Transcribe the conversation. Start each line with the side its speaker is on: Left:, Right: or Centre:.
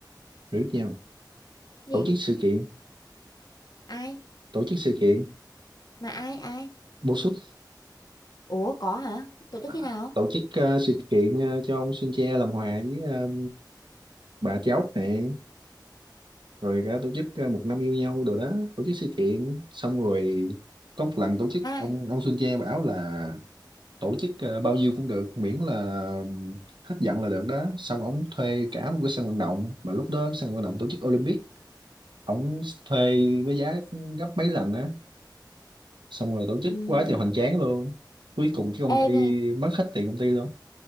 Right: biết nhau
Left: Gì?
Right: tổ chức sự kiện
Left: Ai?
Right: tổ chức sự kiện
Left: Mà ai ai?
Right: bổ xúc
Left: Ủa có hả? Tổ chức
Right: À,
Left: khi nào?
Right: tổ chức ờ, sự kiện ờ, cho ông Sun Che làm hòa với ờ, bà cháu này rồi cả tổ chức ờ, một năm yêu nhau đồ đó tổ chức sự kiện xong rồi có một lần tổ chức
Left: À,
Right: ông ông Sun Che bảo là tổ chức ờ, bao nhiêu cũng được miễn là ừm, hết giận là được đó xong ông thuê cả một cái sân vận động mà lúc đó sân vận động tổ chức Olympic ông thuê với giá gấp mấy lần á xong rồi tổ chức
Left: ừm,
Right: quá trời hoành tráng luôn cuối cùng cái công
Left: ê,
Right: ty
Left: ghê.
Right: mất hết tiền công ty luôn